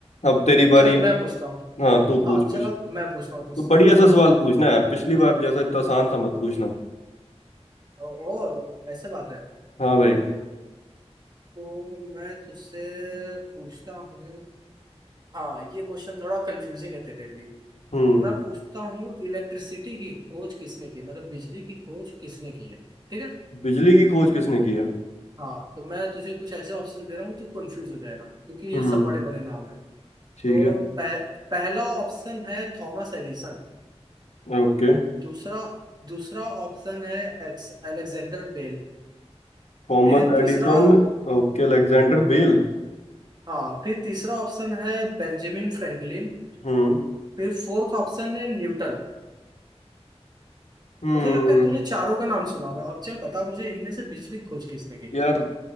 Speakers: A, on the left (about 80°); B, on the right (about 40°).
A: अब तेरी बारी
B: चल
A: है
B: मैं पूछता हूँ
A: हाँ तू पूछ
B: हाँ
A: कुछ
B: चलो मैं पूछता हूँ तुझसे
A: तो बढ़िया सा सवाल पूछना यार पिछली बार जैसा इतना आसान सा मत पूछना
B: ओ, ओ ऐसे बात है
A: हाँ भाई
B: तो मैं तुझसे पूछता हूँ हाँ ये क्वेश्चन थोड़ा कंफ्यूजिंग है तेरे लिए
A: हम्म
B: मैं पूछता हूँ इलेक्ट्रिसिटी की खोज किसने की मतलब बिजली की खोज किसने की है ठीक है
A: बिजली की खोज किसने की है
B: हाँ तो मैं तुझे कुछ ऐसे ऑप्शन दे रहा हूँ तू कंफ्यूज हो जाएगा क्योंकि ये
A: हम्म
B: सब बड़े बड़े नाम है तो
A: ठीक है
B: पह, पहला ऑप्शन है थॉमस एडिसन
A: Okay
B: दूसरा दूसरा ऑप्शन है एक्स अलेक्जेंडर बेल
A: Thomas
B: फिर
A: Edison
B: तीसरा ऑ-
A: Okay Alexander Bell
B: हाँ फिर तीसरा ऑप्शन है बेंजामिन फ्रैंकलिन
A: हम्म
B: फिर फोर्थ ऑप्शन है न्यूटन
A: हम्म
B: मुझे लगता है तूने चारों का नाम सुना होगा अब चल बता मुझे इनमें से बिजली खोज किसने की
A: यार